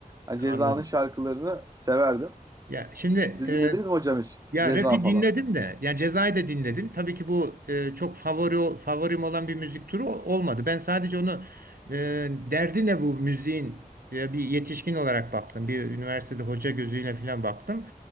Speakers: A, on the right; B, on the right.
A: Hani
B: anladım.
A: Ceza'nın şarkılarını severdim.
B: Ya şimdi
A: Siz
B: e,
A: dinlediniz mi hocam hiç?
B: Ya
A: Ceza
B: rap'i
A: falan.
B: dinledim de yani Ceza'yı da dinledim. Tabii ki bu e, çok favori favorim olan bir müzik türü o- olmadı. Ben sadece onu e, derdi ne bu müziğin e, bir yetişkin olarak baktım. Bir üniversitede hoca gözüyle falan baktım.